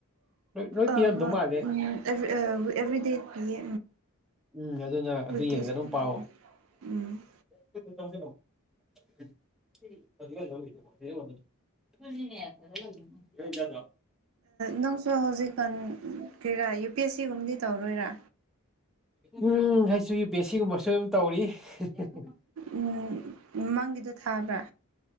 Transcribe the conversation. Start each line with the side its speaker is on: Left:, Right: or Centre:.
Centre: ꯂꯣꯏ ꯂꯣꯏ
Right: ꯑꯥ
Centre: ꯄꯤꯔꯝꯗꯧ ꯃꯥꯜꯂꯦ
Right: ꯍꯣꯢ ꯑꯦꯕꯔꯤꯗꯥ ꯄꯤꯌꯦ
Centre: ꯎꯝ ꯑꯗꯨꯅ ꯑꯗꯨ
Right: ꯋꯤꯛꯂꯤꯁꯨ
Centre: ꯌꯦꯡꯉꯒ ꯑꯗꯨꯝ ꯄꯥꯋꯣ
Right: ꯄꯤꯌꯦ ꯎꯝ
Centre: <unintelligible> <unintelligible>
Right: ꯅꯪꯁꯨ ꯍꯧꯖꯤꯛꯀꯥꯟ ꯀꯥꯔꯤꯔꯥ ꯌꯨ ꯄꯤ ꯑꯦꯁ ꯁꯤ ꯒꯨꯝꯕꯗꯤ ꯇꯧꯔꯣꯏꯔꯥ
Centre: ꯎꯝ ꯍꯁꯨ ꯄꯤ ꯑꯦ ꯁꯤ ꯒꯨꯝꯕꯁꯨ ꯑꯗꯨꯝ ꯇꯧꯔꯤ <unintelligible>
Right: ꯎꯝ ꯃꯃꯥꯡꯒꯤꯗꯣ ꯊꯥꯕ꯭ꯔꯥ